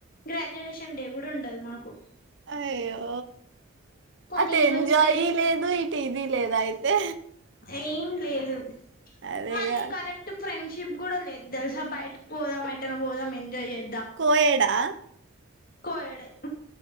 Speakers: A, on the left; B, on the right.
A: graduation day కూడా ఉండదు మాకు
B: అయ్యో
A: పోనీ
B: అటెంజాయ్
A: ఈవెంట్స్ పేరు
B: లేదు ఇటిది లేదైతే
A: ఏం లేదు
B: అదేగా
A: మళ్ళీ కరెక్ట్ ఫ్రెండ్షిప్ కూడా లేదు తెల్సా బయటకుపోదాం ఎటనే పోదాం ఎంజాయ్ చేయ
B: కోయేడా
A: కోయేడే